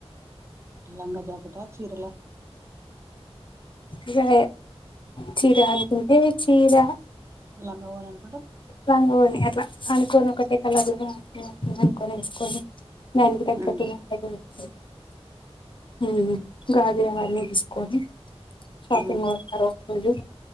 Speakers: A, on the right; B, on the left.
A: లంగా జాకీటా చీరల
B: ఇగా చీర అనుకుంటే చీర
A: లంగా వోని అని
B: లంగా వోని అట్లా అనుకోని ఒకటే కలర్లు నో నో నో అనుకోని ఏసుకొని దానికి తగ్గట్టున్నట్టున్న
A: ఉమ్
B: టైప్ ఉమ్ గాజులు అవన్నీ తీసుకొని
A: ఉమ్
B: షాపింగ్ పోతరు ఒకరోజు